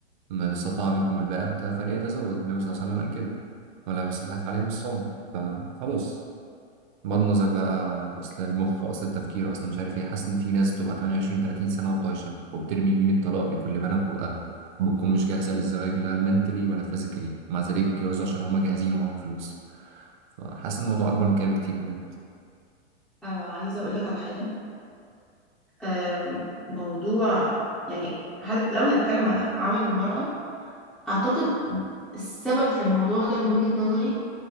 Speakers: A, on the right; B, in the centre.
A: من استطاع منكم الباءة فليتزوج النبي صلى الله عليه وسلم قال كده ولم يستطع فعليه بالصوم فخلاص بغض النظر بقى اصل المخ اصل التفكير اصل مش عارف ايه حاسس ان في ناس بتبقى 28 و30 سنه وطايشه وبترمي يمين الطلاق بكل بنا في بقها وبتكون مش جاهزه للزواج لا منتلي ولا فيزيكالي مع ذلك بيتجوزوا عشان هما جاهزين ومعاهم فلوس فحاسس ان الموضوع اكبر من كده بكتير بجد
B: آه عايزة اقول لك على حاجة آه موضوع يعني هل لو هنتكلم على عمل المرأة أعتقد السبب في الموضوع ده من وجهة نظري